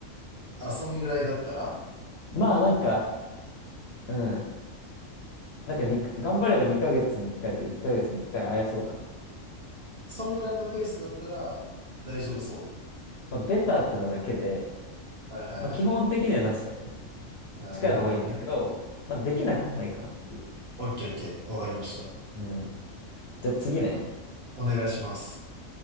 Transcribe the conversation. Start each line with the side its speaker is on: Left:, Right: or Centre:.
Right: あ、そんぐらいだったら
Left: まあなんか、うん。なんかに、頑張れば2ヶ月に1回とか1ヶ月に1回会えそうだなっていう。
Right: そんぐらいのペースだったら大丈夫そ
Left: まあ、ベターってのだけで、
Right: う。はいはいはい。
Left: まあ、基本的にはなしだよね。
Right: あ、
Left: 近い方がいいんだけど、
Right: なるほどね。
Left: まあ、できなくはないかなっていう。
Right: オッケーオッケー。わかりました。
Left: うん。じゃあ次ね。
Right: お願いします。